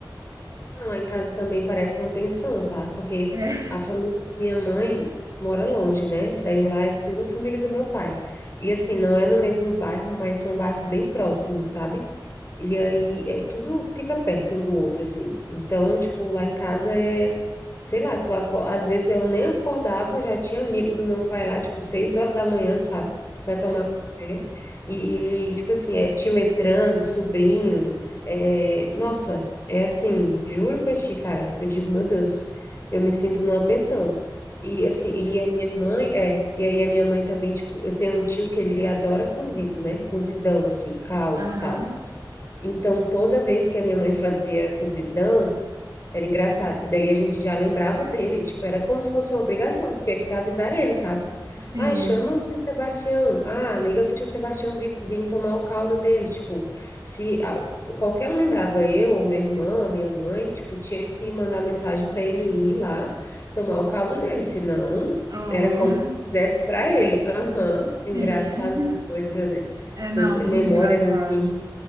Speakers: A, on the left (about 35°); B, on the right (about 50°).
A: Não, lá em casa também parece uma pensão, tá? Porque
B: É.
A: a família da minha mãe mora longe, né? Daí lá é tudo a família do meu pai. E assim, não é no mesmo bairro, mas são bairros bem próximos, sabe? E aí é tudo fica perto um do outro, assim. Então, tipo, lá em casa é, sei lá, tu aco- às vezes eu nem acordava, já tinha amigo do meu pai lá, tipo, seis horas da manhã, sabe? Pra tomar café. E, e, tipo assim, é tio entrando, sobrinho. É, nossa. É assim, juro pra ti, cara. Eu digo, meu Deus, eu me sinto numa pensão. E assim, e a minha mãe, é, e aí a minha mãe também, tipo, eu tenho um tio que ele adora cozido, né? Cozidão, assim, caldo
B: Aham.
A: e tal. Então, toda vez que a minha mãe fazia cozidão, era engraçado, que daí a gente já lembrava dele, tipo, era como se fosse uma obrigação, tinha que avisar ele, sabe?
B: Sim,
A: Ai, chama o tio Sebastião. Ah, liga pro tio Sebastião vir, vir tomar o caldo dele. Tipo, se a- qualquer um lembrava eu, ou meu irmão, a minha mãe, tipo, tinha que mandar mensagem para ele ir lá tomar o caldo dele, senão
B: oh,
A: era como se fizesse para ele. Aham, Engraçado
B: sim,
A: essas coisas, né?
B: é
A: Essas
B: não, muito
A: memórias
B: engraçado.
A: assim.